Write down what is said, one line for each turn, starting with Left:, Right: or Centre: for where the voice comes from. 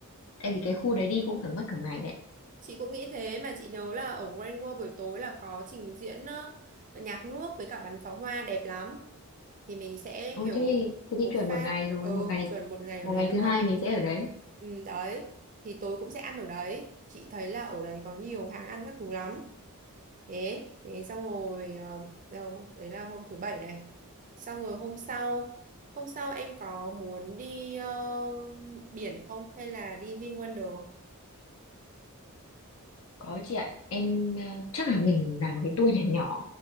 Left: tại vì cái khu đấy đi cũng phải mất cả ngày đấy
Right: chị cũng nghĩ thế mà chị nhớ là ở Grand World buổi tối là có trình diễn ờ, nhạc nước với cả bắn pháo hoa đẹp lắm thì mình sẽ
Left: Ôi
Right: kiểu
Left: thế thì, thế
Right: một
Left: thì chuẩn
Right: phát
Left: một ngày rồi
Right: ừ,
Left: một ngày
Right: chuẩn một ngày ở
Left: một
Right: đấy
Left: ngày
Right: luôn
Left: thứ hai mình sẽ ở đấy
Right: ừ, đấy thì tối cũng sẽ ăn ở đấy chị thấy là ở đấy có nhiều hàng ăn các thứ lắm thế thế xong rồi ờ, đâu đấy là hôm thứ bảy này xong rồi hôm sau hôm sau em có muốn đi ờ, biển không hay là đi VinWonder
Left: có chị ạ em ờ, chắc là mình làm một cái tour nhỏ nhỏ